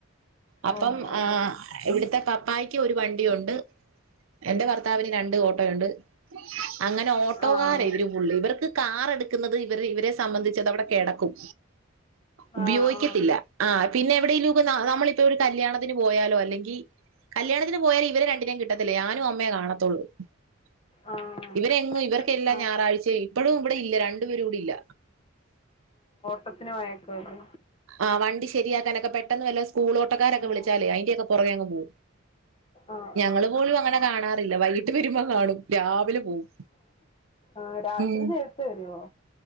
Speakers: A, on the right; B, on the left.
A: അപ്പം
B: ഓഹ് ഓഹ്
A: ഹ്ആ ഇവിടുത്തെ പ്പായ്ക്ക് ഒരു വണ്ടിയൊണ്ട് എന്റെ ഭർത്താവിന് രണ്ട് ഓട്ടോ ഉണ്ട് അങ്ങനെ ഓട്ടോകാരാ
B: ആഹ്
A: ഇവര് ഫുള്ളള് ഇവർക്ക് കാറെടുക്കുന്നത് ഇവരെ ഇവരെ സംബന്ധിച്ച് അത് അവിടെ കെടക്കും ഉപയോഗിക്കത്തില്ല
B: ആഹ് ആഹ്
A: ആ പിന്നെ എവിടേലും ഒക്കെ നമ്മളിപ്പൊ ഒരു കല്യാണത്തിന് പോയാലോ അല്ലെ ങ്കി കല്യാണത്തിന് പോയാൽ ഇവരെ രണ്ടിനേം കിട്ടത്തില്ല ഞാനും അമ്മേ കാണ <inaudible>
B: ആഹ്
A: ഇവരെങ്ങും ഇവർക്കെല്ലാം
B: ആഹ് ആഹ്
A: ഞായറാഴ്ച ഇപ്പടും ഇവിടെ ഇല്ല രണ്ടുപേരും ഇവിടെ ഇല്ല
B: പ്പത്തിന് വയക്കാരുന്നു
A: ആ വണ്ടി ശരിയാക്കാനൊക്കെ പെട്ടെന്ന് വല്ലോം സ കൂളോട്ടക്കാരൊക്കെ
B: ആഹ്
A: വിളിച്ചാലേ അയിന്റെയൊക്കെ പുറവേ അങ്ങ്
B: ആഹ്
A: <inaudible> ഞങ്ങള് പോലും അങ്ങനെ കാണാറില്ല വൈകിട്ട് വരുമ്പം <inaudible> ണും രാവിലെ പോവും
B: ആ രാത്രി
A: ഉം
B: നേരത്തെ വരുവോ